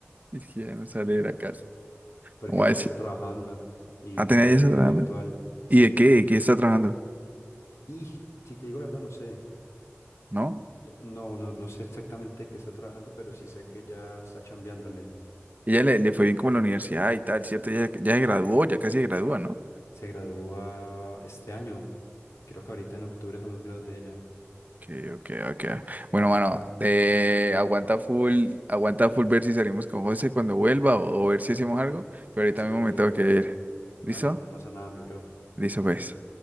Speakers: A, on the right; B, on the left.
A: Es que ya no sale de la casa.
B: porque
A: ¿Cómo va
B: ya
A: a decir?
B: ya está trabajando y
A: ¿Atenea
B: lo que
A: ya
B: ve
A: está
B: lo
A: trabajando?
B: ve virtual, sí.
A: ¿Y de qué? ¿De qué está trabajando?
B: Y si te digo la verdad, no sé.
A: ¿No?
B: Eh, No, no, no sé exactamente qué está trabajando, pero sí sé que ya está chambeándole.
A: Ella le, le fue bien como en la universidad y tal, ¿cierto? Ya, ya se graduó, ya casi se gradúa, ¿no?
B: Se gradúa este año. Creo que ahorita en octubre son los grados de ella.
A: Okay, okay, okay. Bueno, mano, eh, aguanta full, aguanta full ver si salimos con José cuando vuelva o, o ver si hacemos algo, pero ahorita
B: Sí,
A: mismo me tengo
B: obvio.
A: que ir. ¿Listo?
B: Dale, no pasa nada, mi bro.
A: Listo, pues.